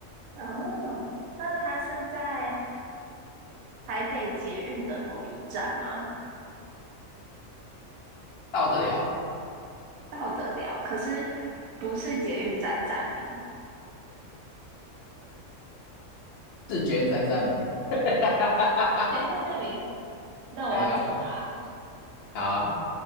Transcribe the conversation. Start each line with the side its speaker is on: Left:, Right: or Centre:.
Right: 哦，那它是在台北捷运的某一站吗？
Left: 到得了，
Right: 到得了，可是不是捷运站站名。
Left: 是觉三站名。<laughs>
Right: 等一下站名，那我要作答。
Left: 对啊，好啊，